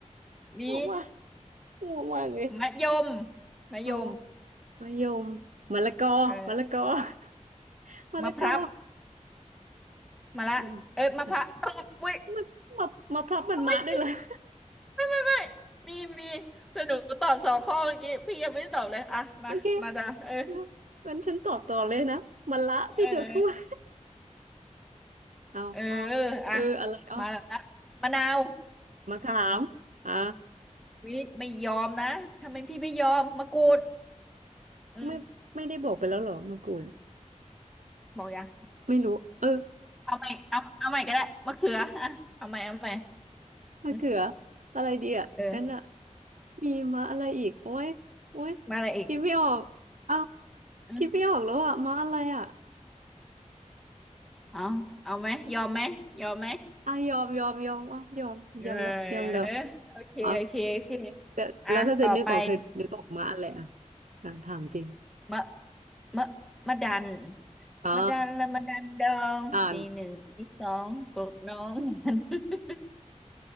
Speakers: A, in the centre; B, on the right (about 85°).
A: มี
B: บอกว่า งงมากเลย
A: มะยมมะยม
B: เอามะยมมะละกอมะละกอ
A: เออ
B: <laughs> มะละกอ
A: มะพร้าวมะละเออมะพร้าว
B: มันมัน
A: เอ้ย
B: มันมามาพลับมันมาได้เลย
A: อุ๊ย
B: <laughs>
A: ไม่ไม่ไม่ไม่ไมมีมีแต่หนูตอบสองข้อเมื่อกี้พี่ยังไม่ได้ตอบเลยอ่ะมามาจ้ะเออ
B: โอเคนะงั้นฉันตอบต่อเลยนะมะละที่เธอพูด
A: เออ
B: <laughs> เอา
A: เออ
B: เอา
A: อ่ะ
B: เอออะไรเอา
A: มาละมะนาว
B: มะขามอ่า
A: อืมวิไม่ยอมนะทำไมพี่ไม่ยอมมะกรูดอืม
B: <laughs> ไม่ไม่ได้บอกไปแล้วเหรอมะกรูด
A: บอกยัง
B: ไม่รู้ เออ
A: เอาใหม่เอาเอาใหม่ก็ได้มะเขืออ่ะเอาใหม่เอาใหม่
B: มะเขือ
A: อืม
B: อะไรดีอ่ะนั่นอ่ะ
A: เออ
B: มีมาอะไรอีกโอ้ยโอ้ย
A: มาอะไรอีก
B: คิดไม่ออกเอา
A: อืม
B: คิดไม่ออกแล้วอ่ะมาอะไรอ่ะ
A: เอาเอาไหมยอมไหมยอมไหม
B: อ่ะยอมยอมยอมอ่ะยอมยอมแล้วยอมแล้ว
A: เออโอเคโอเคโอเค
B: อ๋อแต่แล้วถ้าเธอนึกออกเธอนึกออกมาอะไรอ่ะ
A: อ่ะต่อไป
B: อ่ะถามจริง
A: มะมะมะดัน
B: อ๋อ
A: มะดันละมะดันดองตีหนึ่งตีสองปลุกน้องมัน
B: อ่าน
A: <laughs>